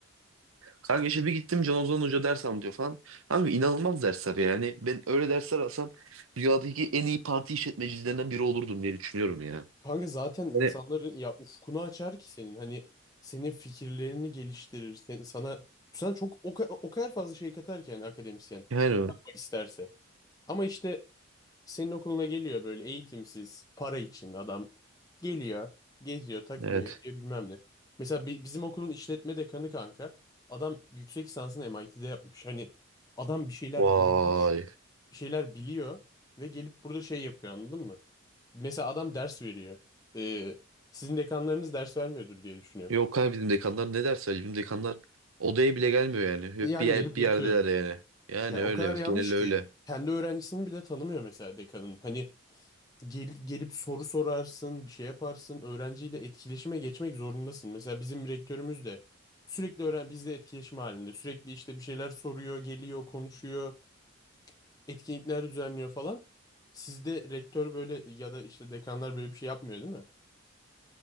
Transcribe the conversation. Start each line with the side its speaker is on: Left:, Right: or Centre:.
Right: Kanka işte bir gittim Can Ozan Hoca ders anlatıyor falan. Kanka inanılmaz dersler yani. Ben öyle dersler alsam dünyadaki en iyi parti işletmecilerinden biri olurdum diye düşünüyorum ya.
Left: Kanka zaten insanların
Right: Yani,
Left: ya ufkunu açar ki senin. Hani senin fikirlerini geliştirir. Sen, sana sana çok o, ka- o kadar fazla şey katar ki yani akademisyen
Right: yani
Left: isterse. Ama işte senin okuluna geliyor böyle eğitimsiz, para için adam geliyor, geziyor, takılıyor,
Right: evet.
Left: ediyor bilmem ne. Mesela bi- bizim okulun işletme dekanı kanka, adam yüksek lisansını MIT'de yapmış. Hani adam bir şeyler
Right: Vay.
Left: görmüş, bir şeyler biliyor ve gelip burada şey yapıyor anladın mı? Mesela adam ders veriyor. Ee, sizin dekanlarınız ders vermiyordur diye düşünüyorum.
Right: Yok kanka bizim dekanlar ne ders verecek? Bizim dekanlar odaya bile gelmiyor yani. Hep
Left: Yan
Right: bir, yer-
Left: gelip
Right: bir
Left: yatıyordur.
Right: yerdeler yani. Yani
Left: Yani
Right: öyle
Left: o kadar
Right: evet
Left: yanlış
Right: genel
Left: ki.
Right: öyle.
Left: Kendi öğrencisini bile tanımıyor mesela dekanın. Hani Gel- gelip soru sorarsın, bir şey yaparsın. Öğrenciyle etkileşime geçmek zorundasın. Mesela bizim rektörümüz de sürekli öğren bizle etkileşim halinde. Sürekli işte bir şeyler soruyor, geliyor, konuşuyor, etkinlikler düzenliyor falan. Sizde rektör böyle ya da işte dekanlar böyle bir şey yapmıyor değil mi?